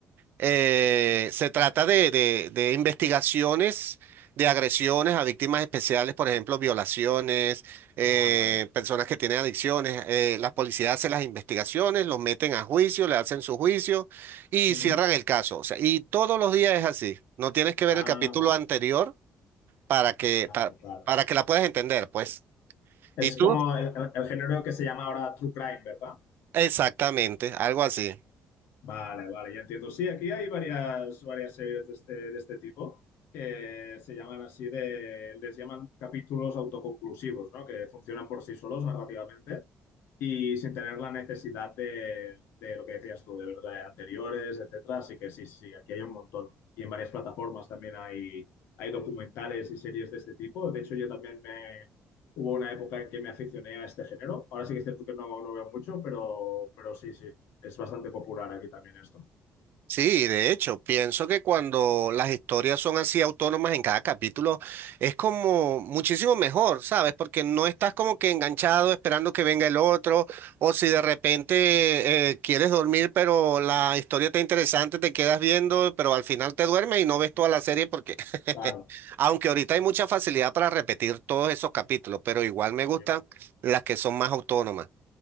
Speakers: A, on the right (about 60°); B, on the left (about 85°).
A: eh, se trata de, de- de investigaciones de agresiones a víctimas especiales, por ejemplo, violaciones, eh,
B: Ah, vale.
A: personas que tienen adicciones. Eh, las policías hacen las investigaciones, los meten a juicio, le hacen su juicio y
B: Ujú.
A: cierran el caso. O sea, y todos los días es así. No tienes que ver
B: Ah,
A: el capítulo
B: vale.
A: anterior para que,
B: Vale,
A: pa-
B: vale.
A: para que la puedas entender, pues.
B: Es
A: ¿Y tú?
B: como el, el- el género que se llama ahora True Crime, ¿verdad?
A: Exactamente, algo así.
B: Vale, vale, ya entiendo. Sí, aquí hay varias, varias series de este, de este tipo que se llaman así de, les llaman capítulos autoconclusivos, ¿no? Que funcionan por sí solos narrativamente y sin tener la necesidad de, de lo que decías tú, de ver de anteriores, etcétera. Así que sí, sí, sí, aquí hay un montón. Y en varias plataformas también hay, hay documentales y series de este tipo. De hecho, yo también me, hubo una época en que me aficioné a este género. Ahora sí que es cierto que no, no veo mucho, pero, pero sí, sí. Es bastante popular aquí también esto.
A: Sí, de hecho, pienso que cuando las historias son así autónomas en cada capítulo, es como muchísimo mejor, ¿sabes? Porque no estás como que enganchado esperando que venga el otro, o si de repente eh, quieres dormir, pero la historia está interesante, te quedas viendo, pero al final te duermes y no ves toda la serie porque, <laughs>
B: Claro,
A: aunque ahorita
B: sí,
A: hay mucha
B: sí,
A: facilidad para repetir todos esos capítulos, pero igual me
B: obvio,
A: gustan
B: obvio.
A: las que son más autónomas.